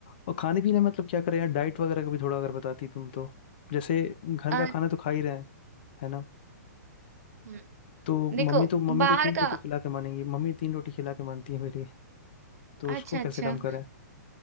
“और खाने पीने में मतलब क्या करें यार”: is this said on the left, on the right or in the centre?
Left